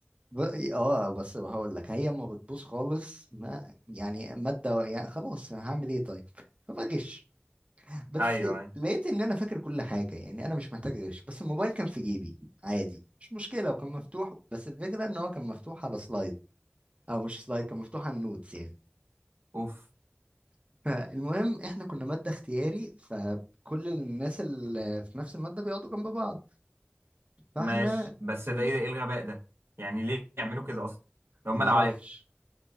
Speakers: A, on the right; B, on the right.
A: ب... اه بس هقول لك هي ما بتبوظ خالص ما يعني ماده يعني خلاص هعمل ايه طيب فبغش بس
B: ايوه ايوه
A: لقيت ان انا فاكر كل حاجه يعني انا مش محتاج اغش بس الموبايل كان في جيبي عادي مش مشكله وكان مفتوح بس الفكره ان هو كان مفتوح على سلايد او مش سلايد كان مفتوح على النوتس يعني
B: اوف
A: فالمهم احنا كنا ماده اختياري فكل الناس اللي في نفس الماده بيقعدوا جنب بعض فاحنا
B: ماشي بس
A: كنا
B: ده ايه ده ايه الغباء ده يعني ليه يعملوا كده اصلا هم
A: معرفش
B: لو عملوا